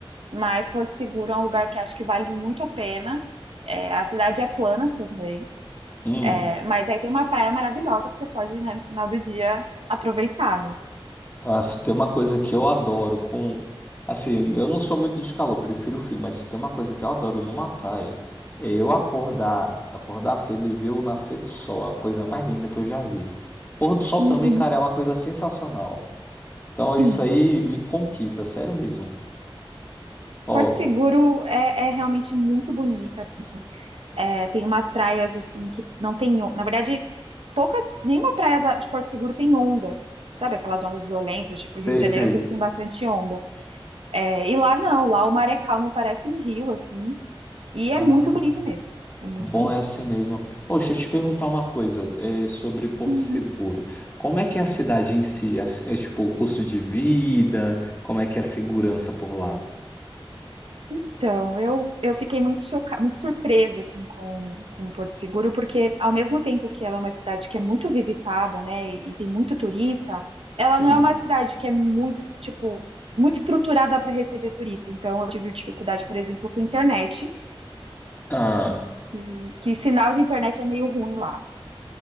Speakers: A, on the right (about 80°); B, on the left (about 20°).
A: mas Porto Seguro é um lugar que acho que vale muito a pena. É, a cidade é plana também,
B: hum.
A: é, mas aí tem uma praia maravilhosa que você pode, né, no final do dia aproveitar, né?
B: Ah, se tem uma coisa que eu adoro com assim, eu não sou muito de calor, prefiro frio, mas se tem uma coisa que eu adoro numa praia, é eu acordar, acordar cedo e ver o nascer do sol, a coisa mais linda que eu já vi. Pôr do sol
A: Uhum,
B: também, cara, é uma coisa sensacional. Então
A: sim.
B: isso aí me conquista, sério mesmo. Ó,
A: Porto Seguro é, é realmente muito bonita, assim. É, tem umas praias assim que não tem, on- na verdade, poucas, nenhuma praia da- de Porto Seguro tem onda. Sabe aquelas ondas violentas, tipo Rio
B: sei,
A: de Janeiro,
B: sei.
A: eu sei que tem bastante onda. É, e lá não, lá o mar é calmo, parece um rio assim, e
B: Ah.
A: é muito bonito mesmo. É muito
B: Bom,
A: bonito.
B: é assim mesmo. Ô, deixa eu te perguntar uma coisa, é, sobre Porto
A: Uhum.
B: Seguro. Como é que é a cidade em si? É, é, tipo o custo de vida? Como é que é a segurança por lá?
A: Então, eu, eu fiquei muito chocada, muito surpresa assim com, com Porto Seguro, porque ao mesmo tempo que ela é uma cidade que é muito visitada, né, e, e tem muito turista, ela
B: Sim.
A: não é uma cidade que é muito, tipo, muito estruturada para receber turista. Então, eu tive dificuldade, por exemplo, com internet,
B: Ah,
A: que, que sinal de internet é meio ruim lá,